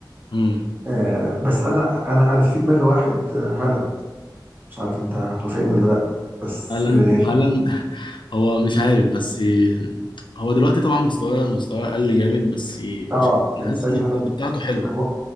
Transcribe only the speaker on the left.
امم
هالاند
هالاند <laughs> هو مش عارف بس هو دلوقتي طبعا مستواه مستواه قل جامد بس
مش
حاسس ان
الكواليتي
بتاعته حلوه